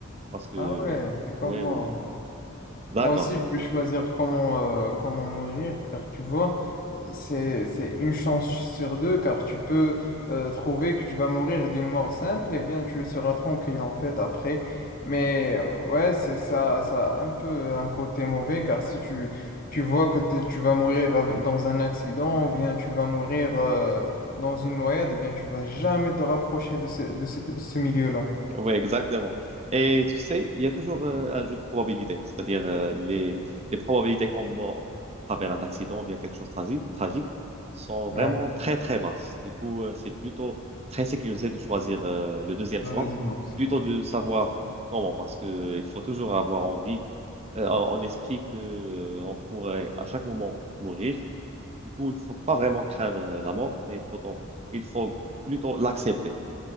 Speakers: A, on the right; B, on the left.
A: Parce que,
B: Ah ouais, c'est comme
A: ouais,
B: moi.
A: ouais, ouais. D'accord.
B: Moi aussi, je vais choisir comment, euh, comment mourir, car tu vois, euh, c'est, c'est une chance sur deux, car tu peux euh, trouver que tu vas mourir d'une mort simple, et bien tu seras tranquille en fait après. Mais euh, ouais, c'est ça, ça a un peu un côté mauvais, car si tu, tu vois que t'es- tu vas mourir ave- dans un accident, ou bien tu vas mourir euh, dans une noyade, et bien tu vas jamais te rapprocher de ce, de cette- ce milieu-là.
A: Oui, exactement. Et tu sais, il y a toujours euh, un jeu de probabilité, c'est-à-dire euh, les, les probabilités qu'on meurt à travers un accident ou bien quelque chose de tragi- tragique sont vraiment
B: Ouais,
A: très, très basses. Du coup, euh, c'est plutôt très sécurisé de choisir euh, le deuxième
B: la
A: choix,
B: deuxième option.
A: plutôt de savoir comment, parce que euh, il faut toujours avoir envie, euh, en, en esprit que euh, on pourrait à chaque moment mourir. Du coup, il faut pas vraiment craindre euh, la mort, mais il faut, il faut plutôt l'accepter.